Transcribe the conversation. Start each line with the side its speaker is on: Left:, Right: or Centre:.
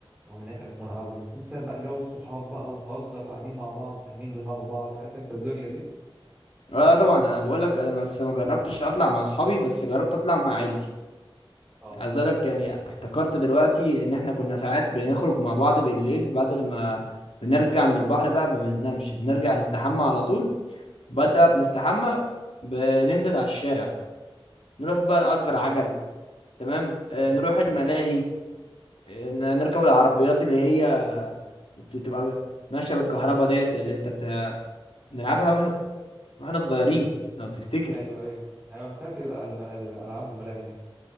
Right: رغم إن هي كانت منعزلة بس أنت فاهم بقى جو الصحاب بقى ونهزر وقاعدين مع بعض فاهمين دماغ بعض عارف أنت الدنيا دي
Left: اه طبعا انا بقول لك انا بس ما جربتش اطلع مع اصحابي بس جربت اطلع مع عيلتي
Right: اه
Left: عايز اقول لك يعني افتكرت دلوقتي ان احنا كنا ساعات بنخرج مع بعض بالليل بعد ما بنرجع من البحر بقى ما بننامش بنرجع نستحمى على طول بدأ بنستحمى بننزل على الشارع نروح بقى نأجر
Right: ايوه
Left: عجل تمام آه،
Right: اه
Left: نروح الملاهي آه، ن- نركب العربيات اللي هي بتبقى ماشية بالكهرباء ديت اللي انت بت- بنلعبها واحنا واحنا صغيرين لو تفتكر
Right: ايوه ايوه ايوه انا فاكر الأ- الم- الالعاب والملاهي دي